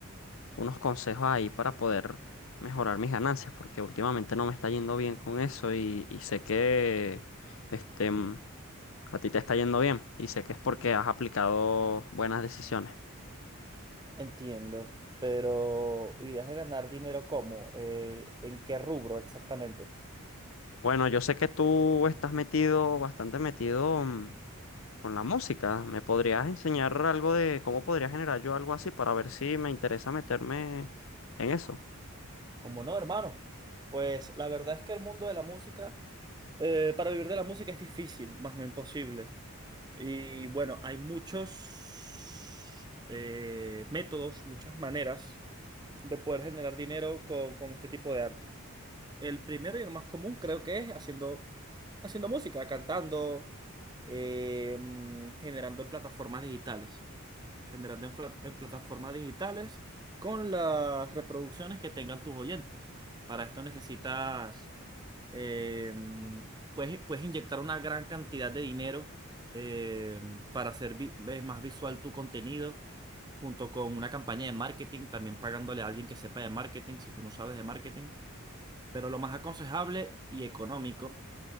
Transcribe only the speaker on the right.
Entiendo, pero ideas de ganar dinero cómo? Eh, ¿en qué rubro exactamente?
¿Cómo no, hermano? Pues la verdad es que el mundo de la música, eh, para vivir de la música es difícil, más no imposible. Y bueno, hay muchos eh, métodos, muchas maneras de poder generar dinero con, con este tipo de arte. El primero y el más común creo que es haciendo, haciendo música, cantando, eh, mm, generando plataformas digitales generando en, pla- en plataformas digitales con las reproducciones que tengan tus oyentes. Para esto necesitas, eh, puedes, puedes inyectar una gran cantidad de dinero eh, para hacer vi- ve- más visual tu contenido, junto con una campaña de marketing, también pagándole a alguien que sepa de marketing, si tú no sabes de marketing. Pero lo más aconsejable y económico